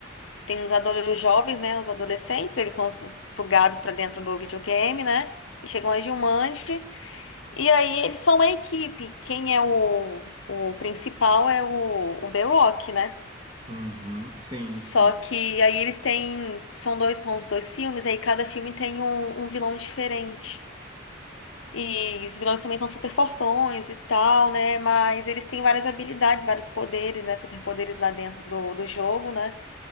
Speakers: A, on the left; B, on the right.
A: tem os, adole- os jovens, né, os adolescentes, eles são su- sugados para dentro do videogame, né, e chegam a Gilmande, e aí eles são uma equipe, quem é o, o principal é o, o The Rock, né,
B: Uhum, sim,
A: só
B: sim,
A: que aí eles têm, são dois, são os dois filmes, aí cada filme tem um, um vilão diferente. E os vilões também são super fortões e tal, né? Mas eles têm várias habilidades, vários poderes, né? Superpoderes lá dentro do, do jogo, né?